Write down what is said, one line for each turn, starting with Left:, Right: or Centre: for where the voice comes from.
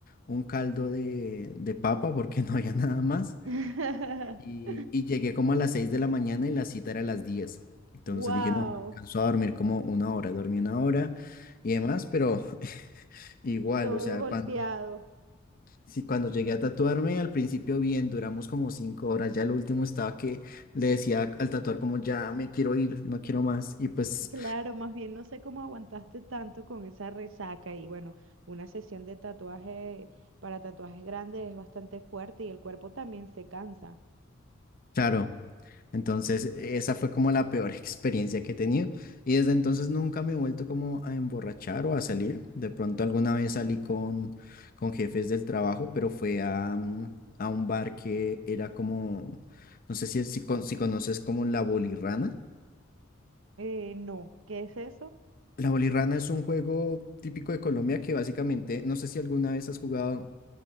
Left: un caldo de, de papa porque <laughs> no había nada más.
Right: <laughs>
Left: Y, y llegué como a las 6 de la mañana y la cita era a las diez Entonces
Right: Wow,
Left: dije, no, alcanzó a dormir como una hora. Dormí una hora y demás, pero <laughs> igual,
Right: todo
Left: o sea,
Right: golpeado.
Left: cuando, sí, cuando llegué a tatuarme, al principio bien, duramos como 5 horas. Ya lo último estaba que le decía
Right: Claro.
Left: al tatuador como, ya me quiero ir, no quiero más. Y pues,
Right: Claro, más bien no sé cómo aguantaste tanto con esa resaca y bueno, una sesión de tatuaje para tatuajes grandes es bastante fuerte y el cuerpo también se cansa.
Left: claro. Entonces, esa fue como la peor <laughs> experiencia que he tenido. Y desde entonces nunca me he vuelto como a emborrachar o a salir. De pronto alguna vez salí con, con jefes del trabajo, pero fue a, mm, a un bar que era como, no sé si, si, con- si conoces como la bolirrana.
Right: Eh, no, ¿qué es eso?
Left: La bolirrana es un juego típico de Colombia que básicamente, no sé si alguna vez has jugado